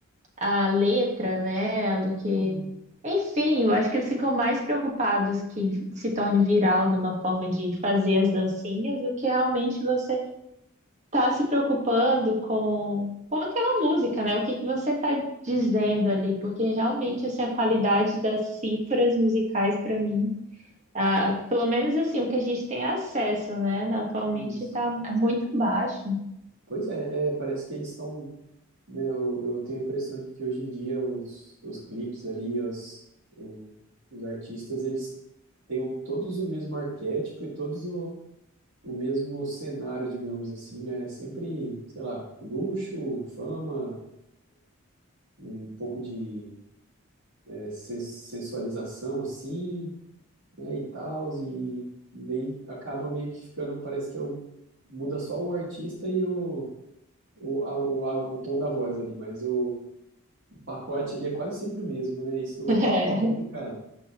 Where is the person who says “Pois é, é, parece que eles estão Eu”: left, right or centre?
Right